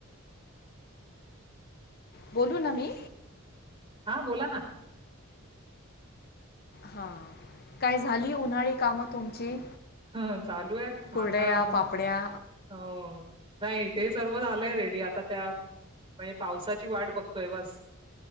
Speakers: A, on the left; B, on the right.
A: बोलू ना मी?
B: हा बोला ना.
A: हा काय झाली उन्हाळी कामं तुमची?
B: हा चालू आहेत.
A: कुरडया
B: आता मग
A: पापड्या
B: हो नाही ते सर्व झालंय रेडी आता त्या म्हणजे पावसाची वाट बघतोय बस.